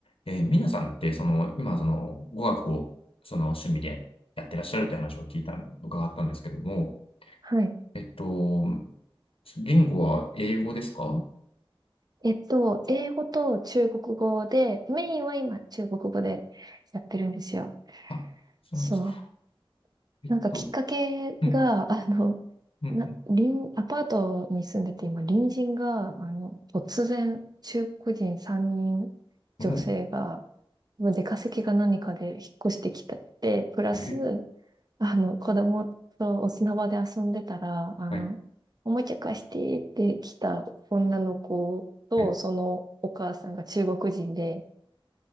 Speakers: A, on the left (about 80°); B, on the right (about 45°).
A: えー、皆さんって、その、今、その、語学を、その、趣味でやってらっしゃるって話を聞いた、伺ったんですけども、
B: はい。
A: えっと、言語は英語ですかお、
B: えっと、英語と中国語で、メインは今中国語でやってるんですよ。
A: あ、そうなんですか。
B: そう。
A: えっと、
B: なんかきっかけが、
A: うん、
B: あの、
A: うん、
B: な、隣、アパートに住んでて今、隣人が、あの、突然、中国人3人、女性が、
A: うん、お、
B: まあ出稼ぎが何かで引っ越してきたって、プラス、
A: えー、
B: あの、子供とお砂場で遊んでたら、あの、
A: はい、
B: おもちゃ貸してって来た女の子と、
A: はい、
B: そのお母さんが中国人で、